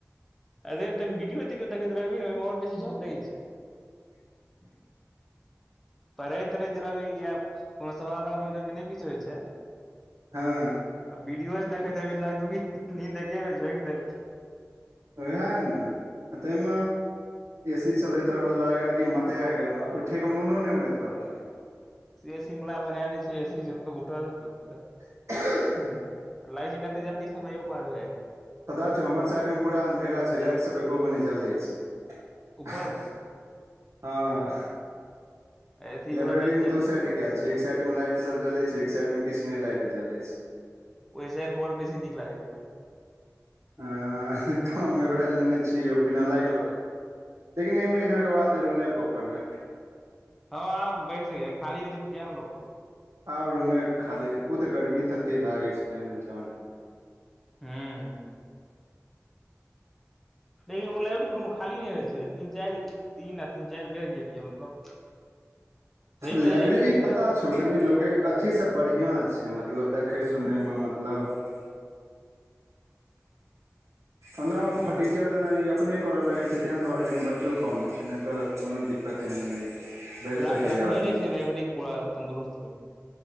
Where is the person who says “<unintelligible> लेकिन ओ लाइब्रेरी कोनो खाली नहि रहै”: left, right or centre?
Centre